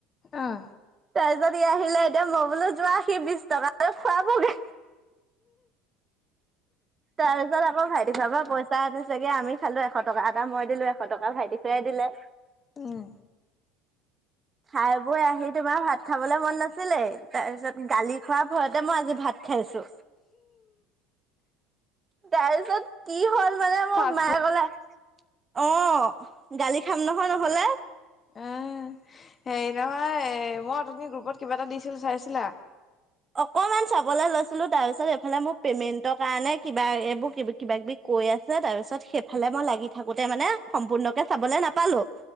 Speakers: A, on the left (about 35°); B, on the right (about 25°).
A: অঁ।
B: তাৰপাছত সি আহিলে এতিয়া মই বোলো যোৱা সি বিশ টকা দি খোৱাবগে। তাৰ পিছত আকৌ ভাইটি ঘৰৰ পৰা পইচা আনিছে। হে আমি খালো এশ টকা এটা, মই দিলো এশ টকা ভাইটি ঘূৰাই দিলে।
A: উম
B: খাই- বৈ আহি তোমাৰ ভাত খাবলৈ মন নাছিলে। তাৰ পিছত গালি খোৱাৰ ভয়তে মই আজি ভাত খাইছো। তাৰ-পিছত কি হ'ল মানে মোৰ
A: ফাষ্ট
B: মায়ে
A: ফুড
B: কলে, অ' গালি খাম নহয় নহলে।
A: এ, হেৰি নহয় মই অথনি গ্ৰুপত কিবা এটা দিছিলো চাইছিলা?
B: অকমান চাবলৈ লৈছিলো তাৰ পিছত এইফালে মোৰ পেমেন্টৰ কাৰণে কিবা এইবোৰ কিবা কিবি কৈ আছে, তাৰ পিছত সেইফালে মই লাগি থাকোঁতে মানে সম্পূৰ্ণকে চাবলৈ নাপালোঁ।